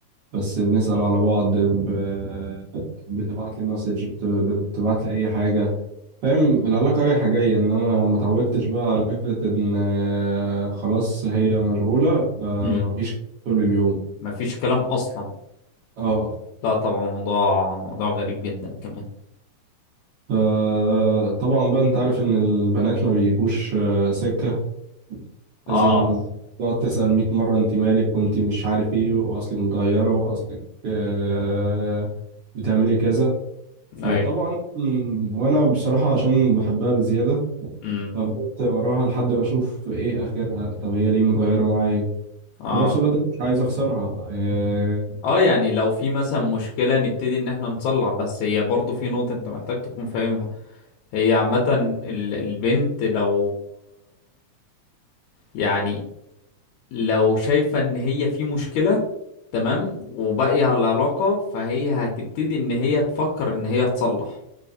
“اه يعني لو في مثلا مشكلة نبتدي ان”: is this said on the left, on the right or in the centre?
Left